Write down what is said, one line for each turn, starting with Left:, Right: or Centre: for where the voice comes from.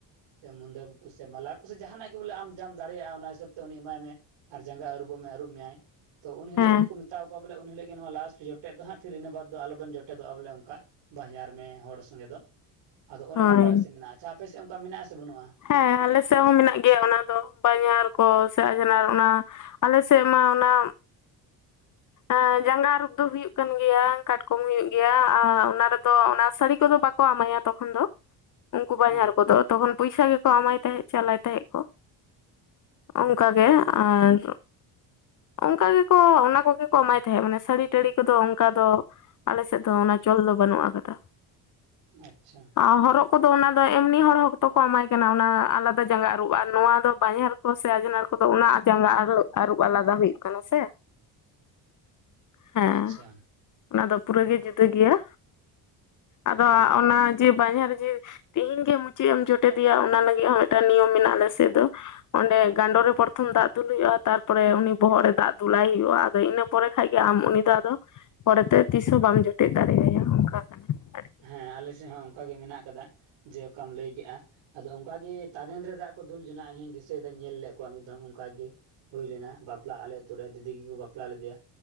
Right: ᱥᱮ ᱢᱩᱫᱟᱹᱢ ᱠᱚ ᱥᱮ ᱢᱟᱞᱟ ᱠᱚ ᱥᱮ ᱡᱟᱦᱟᱱᱟᱜ ᱜᱮ ᱵᱚᱞᱮ ᱟᱢ ᱡᱟᱢ ᱫᱟᱲᱮᱭᱟᱜᱼᱟ ᱚᱱᱟ ᱦᱤᱥᱟᱹᱵᱽ ᱛᱮ ᱩᱱᱤ ᱮᱢᱟᱭ ᱢᱮ ᱟᱨ ᱡᱟᱸᱜᱟ ᱟᱹᱨᱩᱵᱚᱜ ᱢᱮ ᱟᱹᱨᱩᱵ ᱢᱮᱭᱟᱭ ᱛᱚ ᱩᱱ ᱦᱤᱞᱳᱜ
Left: ᱦᱮᱸ
Right: ᱜᱮᱠᱚ ᱢᱮᱛᱟᱟᱣᱟ ᱠᱚᱣᱟ ᱵᱚᱞᱮ ᱩᱱ ᱦᱤᱞᱳᱜ ᱜᱮ ᱱᱚᱣᱟ ᱞᱟᱥᱴ ᱡᱚᱴᱮᱫ ᱦᱟᱸᱜ ᱯᱷᱤᱨ ᱤᱱᱟᱹ ᱵᱟᱫᱽ ᱫᱚ ᱟᱞᱚᱵᱮᱱ ᱡᱚᱴᱮᱫᱚᱜᱼᱟ ᱵᱚᱞᱮ ᱚᱝᱠᱟ ᱵᱟᱦᱚᱴᱧᱟᱨ ᱢᱮ ᱦᱚᱲ ᱥᱚᱸᱜᱮ ᱫᱚ, ᱟᱫᱚ ᱚᱱᱮ
Left: ᱦᱳᱭ
Right: ᱚᱱᱟ ᱠᱚ ᱟᱞᱮ ᱥᱮᱫ ᱢᱮᱱᱟᱜᱼᱟ, ᱟᱪᱪᱷᱟ ᱟᱯᱮ ᱥᱮᱫ ᱚᱝᱠᱟ ᱢᱮᱱᱟᱜᱼᱟ ᱥᱮ ᱵᱟᱹᱱᱩᱜᱼᱟ
Left: ᱦᱮᱸ ᱟᱞᱮ ᱥᱮᱫ ᱦᱚᱸ ᱢᱮᱱᱟᱜ ᱜᱮᱭᱟ ᱚᱱᱟ ᱫᱚ ᱵᱟᱦᱧᱟᱨ ᱠᱚ ᱥᱮ ᱟᱡᱱᱟᱨ ᱚᱱᱟ ᱟᱞᱮ ᱥᱮᱫ ᱢᱟ ᱚᱱᱟ ᱮᱸᱻ ᱡᱟᱸᱜᱟ ᱟᱹᱨᱩᱯ ᱫᱚ ᱦᱩᱭᱩᱜ ᱠᱟᱱ ᱜᱮᱭᱟ, ᱠᱟᱴᱠᱚᱢ ᱦᱩᱭᱩᱜ ᱜᱮᱭᱟ ᱟᱨ ᱚᱱᱟ ᱨᱮᱫᱚ ᱚᱱᱟ ᱥᱟᱹᱲᱤ ᱠᱚᱫᱚ ᱵᱟ ᱠᱚ ᱮᱢᱟᱭᱟ ᱛᱚᱠᱷᱚᱱ ᱫᱚ ᱩᱜᱠᱩ ᱵᱟᱦᱧᱟᱨ
Right: ᱦᱮᱸ
Left: ᱠᱚᱫᱚ ᱛᱚᱠᱷᱚᱱ ᱯᱚᱭᱥᱟ ᱜᱮᱠᱚ ᱮᱢᱟᱭ ᱛᱟᱦᱮᱸᱫ ᱪᱟᱞᱟᱭ ᱛᱟᱦᱮᱸᱜ ᱠᱚ᱾ ᱚᱱᱠᱟ ᱜᱮ
Right: ᱦᱮᱸ
Left: ᱟᱨ ᱚᱱᱠᱟ ᱜᱮᱠᱚ ᱚᱱᱟ ᱠᱚᱜᱮ ᱠᱚ ᱮᱢᱟᱭ ᱛᱟᱦᱮᱸᱫ ᱢᱟᱱᱮ ᱥᱟᱹᱲᱤᱻᱴᱟᱹᱲᱤ ᱠᱚᱫᱚ ᱚᱝᱠᱟ ᱫᱚ ᱟᱞᱮᱥᱮᱫ ᱫᱚ ᱚᱱᱟ ᱪᱚᱞ ᱫᱚ ᱵᱟᱹᱱᱩᱜ ᱟᱠᱟᱫᱟ᱾
Right: ᱟᱪᱪᱷᱟ
Left: ᱟᱻ ᱦᱚᱨᱚᱜ ᱠᱚᱫᱚ ᱚᱱᱟ ᱫᱚ ᱮᱢᱱᱤ ᱦᱚᱲ ᱦᱚᱠᱛᱚ ᱠᱚ ᱮᱢᱟᱭ ᱠᱟᱱᱟ ᱚᱱᱟ ᱟᱞᱟᱫᱟ ᱡᱟᱸᱜᱟ ᱟᱹᱨᱩ ᱟᱨ ᱱᱚᱣᱟ ᱫᱚ ᱵᱟᱦᱧᱟᱨ ᱠᱚ ᱥᱮ ᱟᱡᱷᱱᱟᱨ ᱠᱚᱫᱚ ᱚᱱᱟ ᱡᱟᱸᱜᱟ ᱟᱹᱨᱩᱵ ᱟᱹᱨᱩᱵ ᱟᱞᱟ ᱫᱟ ᱦᱩᱭᱩᱜ ᱠᱟᱱᱟ ᱥᱮ, ᱦᱮᱸ
Right: ᱟᱪᱪᱷᱟ
Left: ᱚᱱᱟ ᱫᱚ ᱯᱩᱨᱟᱹᱜᱮ
Right: ᱦᱮᱸ
Left: ᱡᱩᱫ ᱡᱩᱫᱟᱹ ᱜᱮᱭᱟ ᱟᱫᱚ
Right: ᱟᱹᱰᱤ ᱱᱟᱯᱟᱭ
Left: ᱚᱱᱟ ᱡᱮ ᱵᱟᱦᱧᱟᱨ ᱨᱮ ᱡᱮ ᱛᱤᱦᱤᱧ ᱜᱮ ᱢᱩᱪᱟᱹᱫ ᱮᱢ ᱡᱚᱴᱮᱫᱮᱭᱟ ᱚᱱᱟ ᱞᱟᱹᱜᱤᱫ ᱦᱚᱸ ᱢᱤᱫᱴᱟᱱ ᱱᱤᱭᱚᱢ ᱢᱮᱱᱟᱜ-ᱟ ᱟᱞᱮ ᱥᱮᱫ ᱫᱚ ᱚᱸᱰᱮ ᱜᱟᱸᱰᱚ ᱨᱮ ᱯᱨᱚᱨᱚᱛᱷᱚᱢ ᱫᱟᱜ ᱫᱩᱞ ᱦᱩᱭᱩᱜᱼᱟ ᱛᱟᱨᱯᱚᱨᱮ ᱩᱱᱤ᱾ ᱵᱚᱦᱚᱜ ᱨᱮ ᱫᱟᱜ ᱫᱩᱞᱟᱭ ᱦᱩᱭᱩᱜᱼᱟ ᱟᱫᱚ ᱤᱱᱟᱹ ᱯᱚᱨᱮ ᱠᱷᱟᱡ ᱜᱮ ᱟᱢ ᱩᱱᱤ ᱫᱚ ᱟᱫᱚ ᱯᱚᱨᱮᱛᱮ ᱛᱤᱥ ᱦᱚᱸ ᱵᱟᱢ ᱡᱚᱴᱮᱫ ᱫᱟᱲᱮᱣᱟᱭᱟ ᱚᱝᱠᱟ ᱠᱟᱱᱟ ᱟᱨᱠᱤ
Right: ᱦᱮᱸ ᱟᱞᱮ ᱥᱮᱫ ᱦᱚᱸ ᱚᱝᱠᱟ ᱜᱮ ᱢᱮᱱᱟᱜ ᱟᱠᱟᱫᱟ ᱡᱮ ᱚᱠᱟᱢ ᱞᱟᱹᱭ ᱠᱮᱜᱼᱟ᱾ ᱟᱫᱚ ᱚᱝᱠᱟᱜᱮ ᱛᱟᱨᱮᱱ ᱨᱮ ᱫᱟᱜ ᱠᱚ ᱫᱩᱞ ᱡᱚᱱᱟᱜ-ᱟ ᱤᱧᱤᱧ ᱫᱤᱥᱟᱹᱭᱮᱫᱟ ᱧᱮᱞ ᱞᱮᱫ ᱠᱚᱣᱟ ᱢᱤᱫ ᱫᱷᱚᱢ ᱚᱝᱠᱟᱜ ᱜᱮ᱾ ᱦᱩᱭ ᱞᱮᱱᱟ ᱵᱟᱯᱞᱟ ᱟᱞᱮ ᱟᱛᱩᱨ ᱨᱮ ᱫᱤᱫᱤ ᱜᱮᱠᱚ ᱵᱟᱯᱞᱟ ᱞᱮᱫᱮᱭᱟ᱾